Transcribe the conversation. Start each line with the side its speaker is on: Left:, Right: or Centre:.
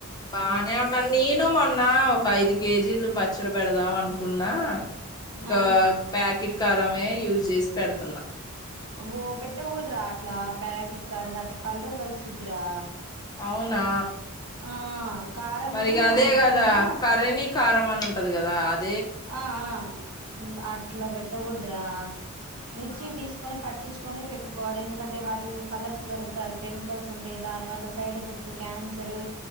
Left: బానే ఉన్నాను నేను మొన్న ఒక ఐదు కేజీలు పచ్చడి పెడదాం అనుకు అకున్నా ఇంకా
Right: ఆ
Left: ప్యాకెట్ కారమే యూజ్ చేసి పెడుతున్నా
Right: ఓ పెట్టగుడద్ర ఆట్లా ప్యాకెట్ కారంద ఆట్ల కలర్ కల్సద్రా
Left: అవునా
Right: ఆ కారం
Left: మరి ఇగ అదే
Right: మనం ఎప్పుడైనా
Left: కదా కర్రీని కారం అని ఉంటది కదా అద్
Right: ఆ ఆ అట్లా పెట్టకూడదురా మిర్చి
Left: ఆ
Right: తీసుకొని పట్ పట్టించుకొని పెట్టుకోవాలి ఎందుకంటే వాటి కలర్స్ కలుపుతారు కెమికల్స్ ఉంటాయి దాని వల్ల సైడ్ ఎఫెక్ట్స్ క్యాన్ క్యాన్సరు